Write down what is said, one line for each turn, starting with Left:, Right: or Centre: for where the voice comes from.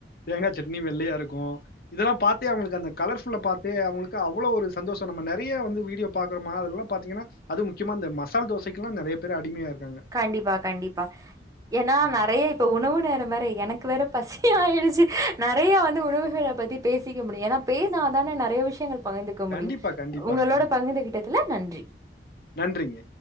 Left: தேங்காய் சட்னி வெள்ளையாருக்கு இதெல்லா பாத்தே அவங்களுக்கு அந்த கலர்ஃபுல்ல பாத்தே அவங்களுக்கு அவ்ளோ ஒரு சந்தோஷோ நம்ம நெறய வந்து வீடியோ பாக்றோமா அதுலல்லா பாத்தீங்கன்னா அது முக்கியமா அந்த மசால் தோசக்கெல்லாம் நெறய பேர் அடிமையாயிருக்காங்க
Right: கண்டிப்பா கண்டிப்பா ஏனா
Left: ஆமா
Right: நெறய இப்ப உணவு நேரம் வேற எனக்கு வேற பசியாயிடுச்சு நெறய வந்து உணவுகள பத்தி பேசிக்க முடியு ஏன்னா பேசினா தானே நெறய விஷயங்கள் பகிர்ந்துக்க முடியு
Left: கண்டிப்பா கண்டிப்பாங்க
Right: உங்களோட பகிர்ந்துகிட்ட துல நன்றி
Left: நன்றிங்க